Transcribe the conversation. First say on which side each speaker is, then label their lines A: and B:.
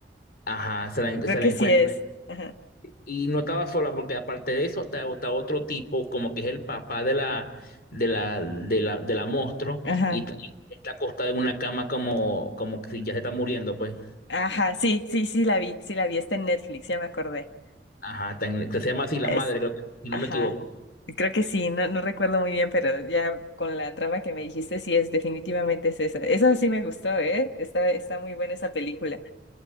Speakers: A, on the left; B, on the left.
A: Ajá, se la,
B: Creo
A: se
B: que
A: la encuentra.
B: sí es. Ajá.
A: Y no estaba sola porque aparte de eso está, está otro tipo, como que es el papá de la, de la, de la, de la monstruo,
B: Ajá.
A: y t- está acostada en una cama como, como que si ya se está muriendo, pues.
B: Ajá, sí, sí, sí la vi, sí la vi, está en Netflix, ya me acordé.
A: Ajá, está en- que se llama así la
B: es
A: madre, creo que, si no
B: ajá,
A: me equivoco.
B: creo que sí, no, no recuerdo muy bien, pero ya con la trama que me dijiste, sí es, definitivamente es esa. Esa sí me gustó, ¿eh? Está, está muy buena esa película.